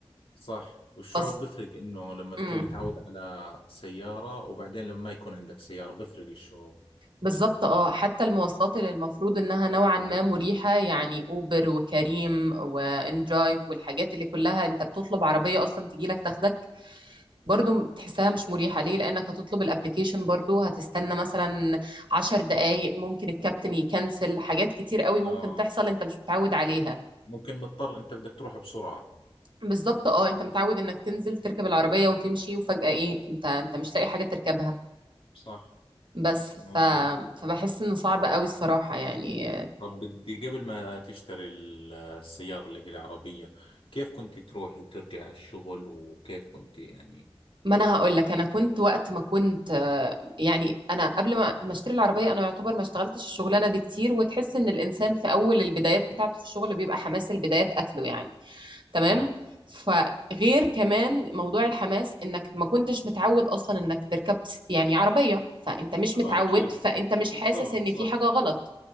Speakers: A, on the left (about 65°); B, on the right (about 50°).
A: صح والشعور
B: فص...
A: بفرق إنه لما تكون
B: مم.
A: متعود على سيارة وبعدين لما ما يكون عندك سيارة بفرق الشعور
B: بالظبط اه حتى المواصلات اللي المفروض انها نوعا ما مريحة يعني اوبر وكريم واندرايف والحاجات اللي كلها انت بتطلب عربية اصلا تجيلك تاخدك برضو تحسها مش مريحة ليه لانك هتطلب الابليكيشن برضو هتستنى مثلا عشر دقايق ممكن الكابتن يكنسل حاجات كتير قوي ممكن
A: آه
B: تحصل انت مش متعود عليها
A: ممكن مضطر أنت بدك تروح بسرعة
B: بالظبط اه انت متعود انك تنزل تركب العربية وتمشي وفجأة ايه انت انت مش لاقي حاجة تركبها
A: صح
B: بس
A: مظبوط
B: ف... فبحس انه صعب قوي الصراحة يعني
A: طب بدي قبل ما تشتري ال- السيارة اللي هي العربية كيف كنت تروحي وترجعي على الشغل وكيف كنت يعني
B: ما انا هقول لك انا كنت وقت ما كنت آه، يعني انا قبل ما ما اشتري العربيه انا يعتبر ما اشتغلتش الشغلانه دي كتير وتحس ان الانسان في اول البدايات بتاعته في الشغل بيبقى حماس البدايات قتله يعني تمام
A: اه
B: فغير كمان موضوع الحماس انك ما كنتش متعود اصلا انك تركب س- يعني عربيه فانت مش
A: اه
B: متعود
A: اكيد
B: فانت مش
A: بالضبط
B: حاسس ان
A: صح
B: في حاجه غلط